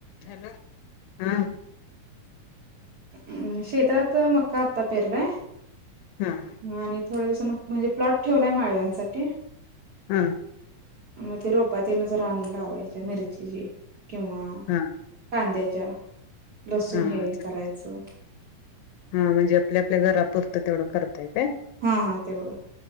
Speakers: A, on the left (about 85°); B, on the right (about 85°).
A: Hello हा.
B: अम् शेतात मक्का आत्ता पेरलाय.
A: हा.
B: हा आणि थोड्या दिवसानं म्हणजे प्लॉट ठेवलाय माळव्यांसाठी.
A: हा.
B: मग ते रोपा तेन जरा आणून लावायचे. मिरचीची, किंवा
A: हा
B: कांद्याच्या लसूण
A: हा
B: हे
A: हा चकित
B: करायचं
A: म्हणजे आपल्या आपल्या घरापुरत तेवढ करताय काय?
B: हा हा तेवढ.